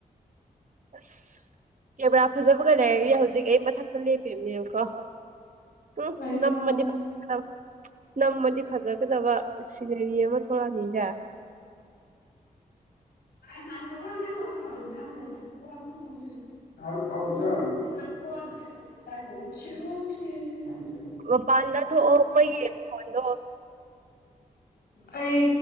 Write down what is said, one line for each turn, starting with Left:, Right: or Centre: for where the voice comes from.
Right: ꯑꯁ ꯀꯦꯃꯦꯔꯥ ꯐꯖꯕꯒ ꯂꯩꯔꯗꯤ ꯍꯧꯖꯤꯛ ꯑꯩ ꯃꯊꯛꯇ ꯂꯦꯞꯄꯤꯕꯅꯦꯕꯀꯣ
Left: ꯃꯥ
Right: ꯎꯝ
Left: ꯂꯥꯛꯑꯦ
Right: ꯅꯝꯃꯗꯤ
Left: ꯃꯥ ꯂꯥꯛꯑꯦ
Right: ꯐꯖꯥꯗꯧ ꯅꯝꯃꯗꯤ ꯐꯖꯥ ꯆꯀꯗꯕ ꯁꯤꯅꯔꯤ ꯑꯃ ꯊꯣꯂꯛꯑꯅꯤꯖꯦ
Left: <unintelligible> <unintelligible>
Right: ꯃꯄꯥꯟꯗ ꯊꯣꯛꯑꯣ <unintelligible>
Left: ꯑꯩ